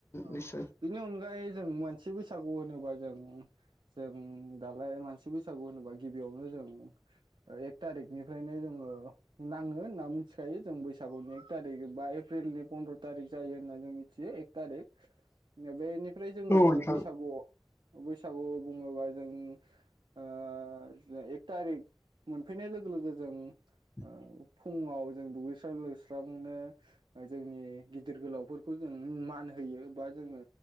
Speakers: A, on the right (about 65°); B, on the left (about 30°).
A: अ
B: निस्सय
A: बिनि अनगायै जों मोनसि बैसागु होनोबा जों जों दालाय मानसि बैसागु होनोबा गिबियावनो जों एक थारिखनिफ्रायनो जोङो नाङो होनना मिथिखायो जों बैसागुनि एक थारिक बा एप्रिलनि फन्द्र थारिख जायो होनना जों मिथ थिओ एक थारिक बेनिफ्राय जोङो
B: औ नोंथां
A: बैसागुआव बैसागु बुङोबा जों ओ एक थारिक मोनफैनाय लोगो लोगो जों
B: <inaudible>
A: ओ फुङाव जों दुगैस्रां लोबस्रांनो जोंनि गिदिर गोलावफोरखौ जों मान होयो बा जोङो